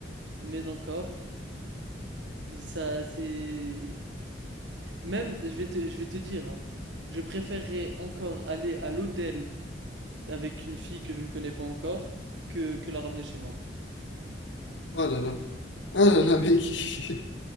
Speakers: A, on the right; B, on the left.
A: mais encore, et ça, c'est... Même, je vais te, je vais te dire, hein, je préférerais encore aller à l'hôtel avec une fille que je ne connais pas encore que, que la ramener chez moi.
B: Oh là là. Oh là là, mec. <laughs>